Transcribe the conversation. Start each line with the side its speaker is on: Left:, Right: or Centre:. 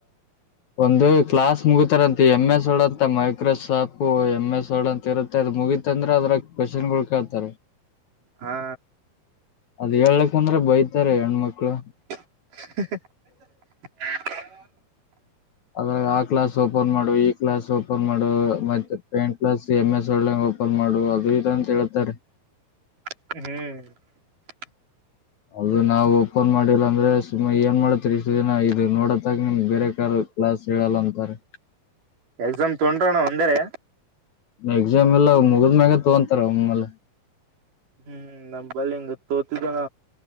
Left: ಒಂದು ಕ್ಲಾಸ್ ಮುಗತಾರಂತ ಎಮ್ ಎಸ್ ಅಂತ ಮೈಕ್ರೋಸಾಫ್ಟ ಎಮ್ ಎಸ್ ಅಂತ ಇರುತ್ತೆ ಅದ್ ಮುಗಿತತ್ ಅಂದ್ರೆ ಅದ್ರ ಕ್ವಶನ್ ಗಳು ಕೇಳ್ತಾರೆ
Right: ಹಾ
Left: ಅದ್ ಹೇಳ್ಬೇಕಂದ್ರೆ ಬೈತಾರೆ ಹೆಣ್ಮಕ್ಳು
Right: <inaudible> <unintelligible>
Left: ಅದ್ರಾಗ ಆ ಕ್ಲಾಸ್ ಓಪನ್ ಮಾಡು ಈ ಕ್ಲಾಸ್ ಓಪನ್ ಮಾಡ ಮತ್ತೆ ಪೇಯಿಂಟ್ ಕ್ಲಾಸ್ ಎಮ್ ಎಸ್ ಒಳ್ಳಂಗ ಓಪನ್ ಮಾಡು ಅದು ಇದ್ ಅಂತ ಹೇಳ್ತಾರೆ
Right: ಹ್ಮ್
Left: ಅದು ನಾವ್ ಓಪನ್ ಮಾಡಿಲ್ಲ ಅಂದ್ರೆ ಸುಮ್ಮಾ ಏನ್ ಮಾಡತ್ರಿ ಇಷ್ಟ ದಿನ ಇದು ನೋಡತ್ತಾಗ ನಿಮ ಬೇರೆ ಕಾರ್ ಕ್ಲಾಸ್ ಹೇಳಲ್ಲ ಅಂತವ್ರೆ
Right: ಎಕ್ಸಾಮ್ ತೊಂಡ್ರಣ ಒಂದೇರೆ
Left: ಎಕ್ಸಾಮ್ ಎಲ್ಲ ಮುಗದ್ ಮ್ಯಾಗ ತಗಂತಾರ ಒಮ್ಮಲೆ.
Right: ಹ್ಮ್ ನಮ ಬಲ್ಲಿ ಹಿಂಗ ತೋತಿದ್ದಾನ.